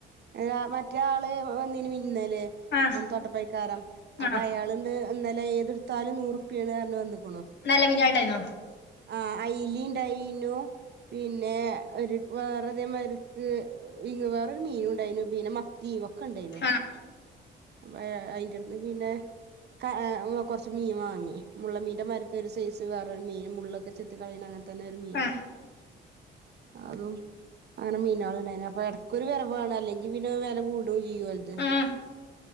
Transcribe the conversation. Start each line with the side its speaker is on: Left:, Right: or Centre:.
Right: അല്ല മ മറ്റേ ആള് വന്നീനി മിനി ഇന്നലെ
Left: ആഹ്
Right: തോട്ടപ്പടിക്കാരം അപ്പൊ
Left: ആഹ്
Right: അയാളണ്ട് നന്നല ഏത് ഇട്ത്താലും നൂറുപ്പാണ് ആ ണ് വന്ന
Left: നല്ല മിനണ്ടായിരുന്നോ <inaudible>
Right: ആ അയ്ല ഇണ്ടായിന്നു പിന്നെ ഒരു വേറെ ഇതേ മാതിരിക്ക് ഇ വേറൊരു മീന ഉണ്ടായിന് പിന്നെ മത്തി ഓ ഒക്ക ഇണ്ടായിനു
Left: ആഹ്
Right: അ അയിന്റെടുന്ന് പിന്നെ ക്ക കൊറച്ച് മീൻവാ ങി മുള്ളൻ മീനിന്റെ മതി ഒക്ക ഒരു സൈസ് വേറൊ മീൻ മുള്ളൊക്കെത്തി ചെത്തി കളയ അങ്ങ ത്തനെ ഒരു മീന്
Left: ആഹ്
Right: അതും അങ്ങനെ മീനാൾ ഉണ്ടായിനെ അപ്പൊ ഇടക്കൊ ഒരു വേരവാണ് അല്ലെങ്കിൽ പിന്നെ വില കൂടുക ചെയ്യും ഓലത്
Left: ആഹ്